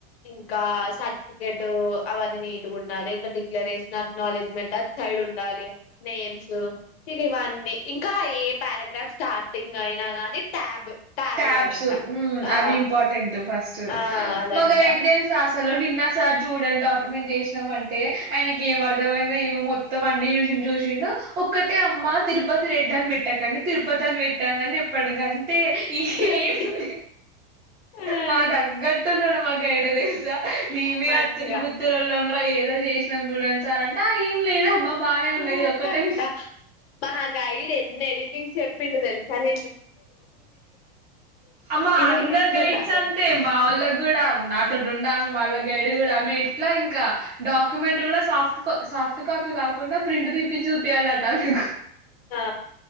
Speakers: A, on the left (about 85°); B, on the right (about 20°).
A: ఇంకా సర్టిఫికేట్ టు అవన్నీ నీట్ గుండాలి ఇక డిక్లరేషన్ అక్నౌలెడ్జమెంట్ సైడ్ ఉండాలి నేమ్స్ ఇగివ్వన్నీ ఇంకా ఏ పారాగ్రాఫ్ స్టార్టింగ్ అయినా గానీ ట్యాబ్ ట్యాబ్
B: ట్యాబ్స్
A: ఇయ్యాలంట
B: మ్
A: ఆ
B: అవి ఇంపార్టెంట్ ఫస్ట్
A: ఆ అదంట
B: మ గైడ్ తెలుసా అస్ సలు నిన్న సార్ చూడండి డాక్యుమెంట్ జేశినాం అంటే ఆయనకి ఏమర్థమయిందో ఏమో మొత్తం అన్ని జుశిన్ జూశిండు ఒక్కటే అమ్మ తిరుపతి రెడ్ అని పెట్టకండి తిరుపతి అని వెట్ ట్టండని చెప్పాడు గంతే ఇగేమ్
A: రెడ్డి
B: లె
A: ఆ
B: మా తగ్గట్టున్నడు మా గైడదే మేమే
A: మంచిగా
B: అత్తిరి బిత్తిరొళ్ళంరా ఏదో చేశినాం చూడండి సార్ అంటే ఆ ఏం లేదమ్మా బాగానే
A: పూ
B: ఉన్నది ఒక్కటే
A: కట్ట
B: మిస్
A: మా గైడ్ ఎన్ని ఎడిటింగ్ చెప్పిండు తెలుసానె
B: అమ్మ
A: ఇగో
B: అందరు
A: ఇది ఇట్లుండాలి
B: గైడ్స్ అంతే మావొళ్ళగూడ నాతోటి ఉండల వాళ్ళ గైడ్ గూడా ఆమె ఎట్లా ఇంకా డాక్యుమెంట్ గూడా సాఫ్ట్ సాఫ్ట్ కాప్ పి కాకుండా ప్రింట్ తిప్పిచి చూపియాలటా ఆమెక్
A: ఆ